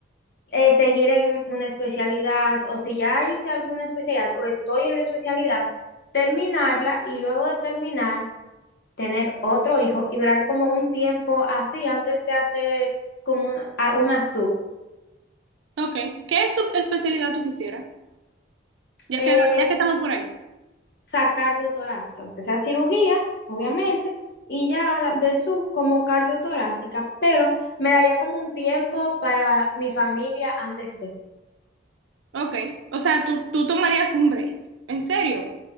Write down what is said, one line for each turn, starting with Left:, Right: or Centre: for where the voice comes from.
Left: eh, seguir en una especialidad o si ya hice alguna especialidad o estoy en la especialidad, terminarla y luego de terminar, tener otro hijo y durar como un tiempo así antes de hacer como una, a- una sub.
Right: Ok. ¿Qué subespecialidad tú quisieras? Ya
Left: Eh,
Right: que, ya que estamos por ahí.
Left: o sea, cardiotorácica, aunque sea cirugía, obviamente, y ya la- de sub como cardiotorácica, pero me daría como un tiempo para mi familia antes de.
Right: Ok. O sea, tú, tú tomarías un break. ¿En serio?